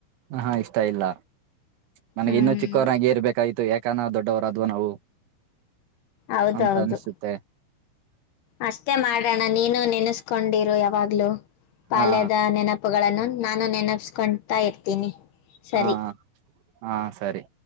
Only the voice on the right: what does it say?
ಹ ಇಷ್ಟ ಇಲ್ಲ ನನ್ಗೆ
ಇನ್ನೂ ಚಿಕ್ಕವರಾಗಿ ಏರ್ಬೇಕಾಯ್ತು ಯಾಕೆ ಕನ ದೊಡ್ಡವರಾದ್ವ ನಾವು
ಅಂತ ಅನಿಸುತ್ತೆ
ಹಾ
ಹಾ ಹಾ ಸರಿ